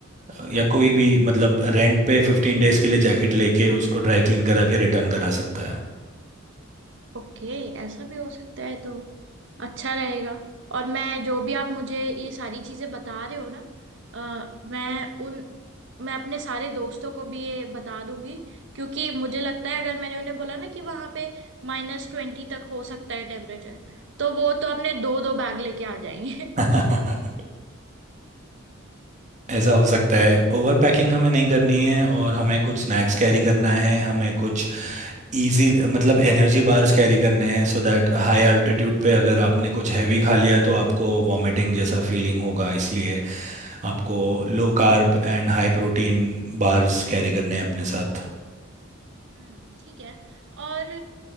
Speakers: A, on the right; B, on the right.
A: अ, या कोई भी मतलब रेंट पे फिफ्टीन डेज के लिए जैकेट लेके उसको ड्राई क्लीन करा के रिटर्न करा सकता है
B: ओके ऐसा भी हो सकता है तो अच्छा रहेगा और मैं जो भी आप मुझे ये सारी चीजें बता रहे हो ना अ, मैं उन मैं अपने सारे दोस्तों को भी ये बता दूंगी क्योंकि मुझे लगता है अगर मैंने उन्हें बोला ना कि वहां पे माइनस ट्वेंटी तक हो सकता है टेम्परेचर तो वो तो अपने दो दो बैग लेके आ जाएंगे
A: <laughs> ऐसा हो सकता है ओवर पैकिंग हमें नहीं करनी है और हमें कुछ स्नैक्स कैरी करना है हमें कुछ इजी मतलब एनर्जी बार्स कैरी करने हैं सो दैट हाई अल्टीट्यूड पे अगर आपने कुछ हैवी खा लिया तो आपको वॉमिटिंग जैसा फीलिंग होगा इसलिए आपको low carb and high protein bars carry करने हैं अपने साथ
B: हम्म ठीक है और